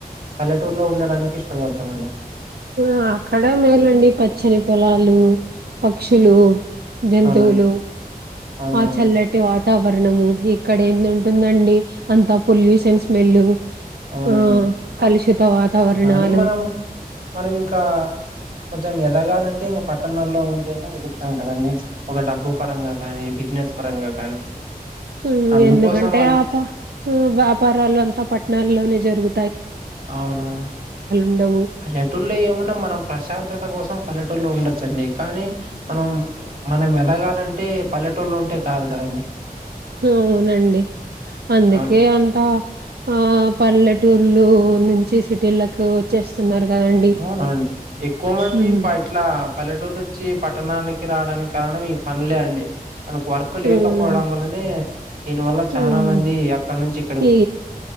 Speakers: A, on the right; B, on the right.
A: పల్లెటూర్లో ఉండడానికి ఇష్టపడ్తామండి
B: ఆ అక్కడే మేలండి పచ్చని పొలాలూ పక్షులూ జంతువులు
A: అవునండి. అవునవునండి.
B: ఆ చల్లటి వాతావర్ణమూ ఈ ఇక్కడేందుంటుందండి అంత పొల్యూషన్ స్మెల్
A: అవునండి.
B: ఆ కలుషిత వాతావర్ణాలు
A: కానీ మనం మనం ఇంకా కొంచెం ఎదగాలంటే ఇంగా పట్టణాల్లో ఉంటేనే ఎదుగుతాం కదండి ఒక డబ్బు పరంగా కానీ బిజి నెస్ పరంగా కానీ
B: ఉమ్
A: అందుకోసం
B: ఎందుకంటే
A: అంతే
B: ఆప వ్యాపారాలు అంతా పట్నాల్లోనే జరుగు
A: అవును
B: ఉండవు
A: పల్లెటూల్లే ఏమన్నా మనం ప్రశాంతత కోసం త్తం పల్లెటూళ్లోండొచ్చండి కానీ మనం మనం ఎదగాలంటే పల్లెటూర్లో ఉంటే కాదు కదండి
B: అవునండి అందుకే
A: అవును
B: అంతా ఆ పల్లెటూర్లు నుంచి సిటీలకు వచ్చేస్తున్నారు కదండి
A: అవునవునండి ఎక్కువ మంది
B: ఉమ్
A: ఇట్లా పల్లెటూరు నుంచి పట్టణానికి రావడానికి కారణం మీ పనులే అండి మనకు వర్క్ లేకపోవడం
B: అవునండి
A: వలనే దీని వల్ల చనా
B: ఉమ్
A: మంది అక్కడ నుంచి ఇక్
B: ఈ